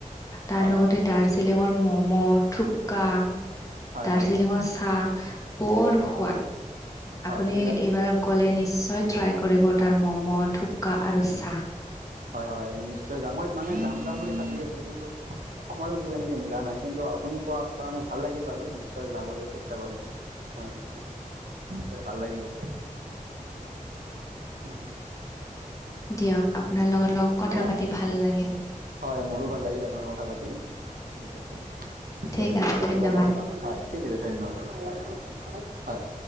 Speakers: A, on the left; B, on the right.
A: তাৰ
B: হয়
A: লগতে
B: হয়
A: দাৰ্জি দাৰ্জিলিঙৰ ম'ম', থোপ্কা।
B: হয়
A: দাৰ্জিলিঙত
B: হয়
A: চাহ বৰ সোৱাদ।
B: হয়
A: আপুনি
B: এইবিলাক
A: এইবাৰ গ'লে, নিশ্চয় ট্ৰাই কৰিব তাৰ ম'ম', থোপ্কা আৰু চাহ।
B: হয় - হয়, মই নিশ্চয় যাম। মই মানে যাম - যাম বুলি ভাবি আছোঁ, কিন্তু সময় সুযোগ সেনেকে মিলা নাই। কিন্তু আপুনি কোৱাৰ কাৰণে ভাল লাগিল বাৰু। নিশ্চয় যাবলৈ চেষ্টা কৰিম। হয় <inaudible> নিশ্চয় ভাল লাগিব। হয়।
A: দিয়ক।
B: <inaudible>
A: আপোনাৰ লগত লগত কথা পাতি ভাল লাগিল
B: হয়, মোৰো ভাল লাগিল আপোনাৰ লগত কথা পাতি। ঠিক আছে। পিছত
A: ঠিক আছে
B: কেতিয়াবা
A: ধন্যবাদ।
B: লগ পাম। হয়, ঠিক আছে। ধন্যবাদ। হয় - হয় - হয়। হয়।